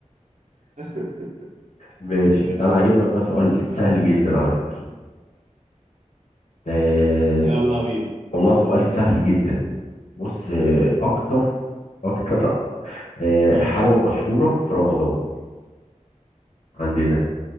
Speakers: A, on the right; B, on the left.
A: <laughs>
B: ماشي
A: ماشي
B: انا هجيب لك بقى سؤال سهل جدا على فكرة اه
A: يلا بينا
B: والله سؤال سهل جدا بص اه اكتر اكتر اه
A: مم.
B: حلوة مشهورة في رمضان عندنا